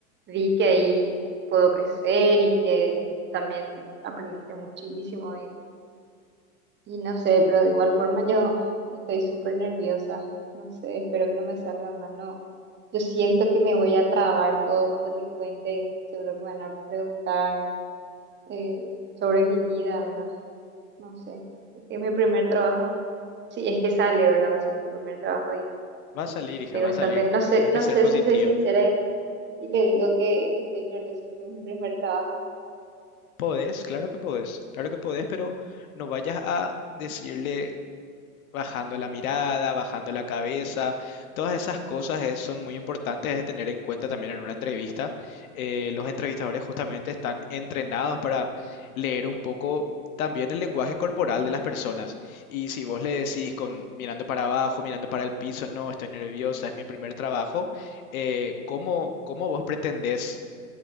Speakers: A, on the right; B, on the left.
A: vi que ahí puedo crecer y que también aprendiste muchísimo y Y no sé, pero de igual forma yo estoy súper nerviosa. No sé, espero que no me salga mal. No, yo siento que me voy a trabar todo cuando le cuente. Seguro que me van a preguntar eh, sobre mi vida, ¿verdad? No sé. Es es mi primer trabajo. Sí, es que sale, ¿verdad? Va a ser mi primer trabajo y
B: va a salir,
A: estoy
B: hija,
A: bastante.
B: va a salir.
A: No
B: Tenés
A: sé, no
B: que
A: sé
B: ser
A: si
B: positiva.
A: soy sincera y le digo que estoy nerviosa porque es mi primer trabajo.
B: Podés, claro que podés, claro que podés, pero no vayas a decirle bajando la mirada, bajando la cabeza, todas esas cosas eh, son muy importantes de tener en cuenta también en una entrevista. Eh, los entrevistadores justamente están entrenados para leer un poco también el lenguaje corporal de las personas. Y si vos le decís con mirando para abajo, mirando para el piso, no, estoy nerviosa, es mi primer trabajo, eh, ¿cómo, cómo vos pretendés?